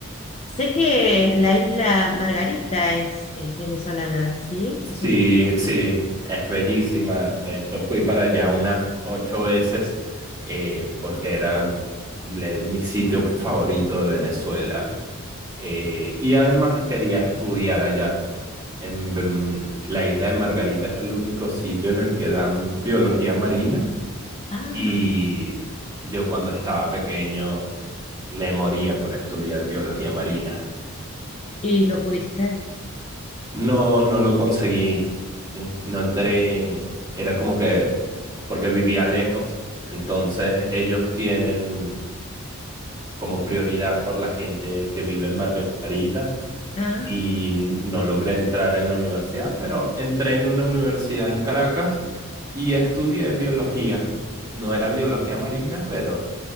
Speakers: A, on the left; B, on the right.
A: Sé que la isla Margarita es, es venezolana, ¿sí? Es
B: Sí,
A: un...
B: sí, es bellísima. De hecho, fui para allá unas ocho veces eh, porque era el- mi sitio favorito de Venezuela. Eh, y además quería estudiar allá. En, Ven- la isla de Margarita es el único sitio en el que dan biología marina
A: Ah,
B: Y yo cuando estaba pequeño me moría por estudiar biología marina.
A: y no pudiste.
B: No, no lo conseguí, no entré, era como que, porque vivía lejos, entonces ellos tienen como prioridad por la gente que vive en Margarita
A: Ah,
B: y no logré entrar en la universidad, pero entré en una universidad en Caracas y estudié biología. No era biología marina, pero